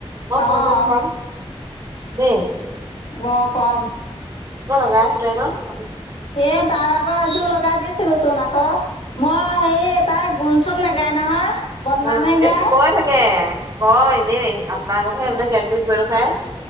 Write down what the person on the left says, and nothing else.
অঁ
ৰ <unintelligible> কম
এ তাৰ আগৰ এযোৰ লগাই দিছিলোতোন আকৌ, মই হেৰি তাই গুণচোন নেকি গ নহয় বদনামহে
গায়